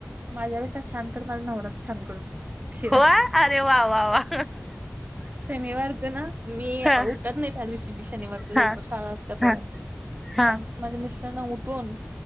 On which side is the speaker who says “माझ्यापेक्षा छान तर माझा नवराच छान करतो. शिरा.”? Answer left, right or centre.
Right